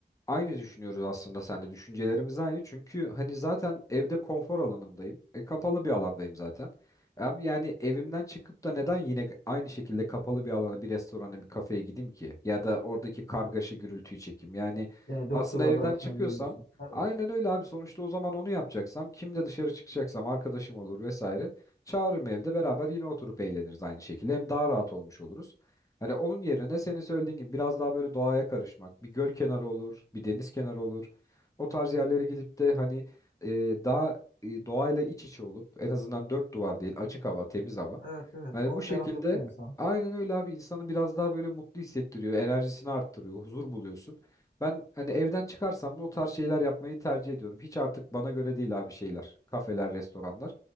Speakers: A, on the left; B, on the left.
A: Aynı düşünüyoruz aslında sen de Düşüncelerimiz aynı. Çünkü hani zaten evde konfor alanımdayım. E, kapalı bir alandayım zaten. Abi yani evimden çıkıp da neden yine aynı şekilde kapalı bir alana, bir restorana, bir kafeye gideyim ki? Ya da oradaki kargaşa gürültüyü çekeyim. Yani
B: Yine dört
A: aslında
B: duvarın
A: evden
B: arasına
A: çıkıyorsam
B: giriyorsun. Evet.
A: aynen öyle abi. Sonuçta o zaman onu yapacaksam, kimle dışarı çıkacaksam arkadaşım olur vesaire. Çağırırım evde beraber yine oturup eğleniriz aynı şekilde. Hem daha rahat olmuş oluruz. Hani onun yerine senin söylediğin gibi biraz daha böyle doğaya karışmak. Bir göl kenarı olur, bir deniz kenarı olur. O tarz yerlere gidip de hani e, daha e, doğayla iç içe olup en azından dört duvar değil açık hava, temiz hava.
B: Evet evet.
A: Hani
B: O
A: bu
B: ferahlatıyor
A: şekilde
B: insanı.
A: aynen öyle abi insanı biraz daha böyle mutlu hissettiriyor, enerjisini arttırıyor, huzur buluyorsun. Ben hani evden çıkarsam da o tarz şeyler yapmayı tercih ediyorum. Hiç artık bana göre değil abi şeyler, kafeler, restoranlar.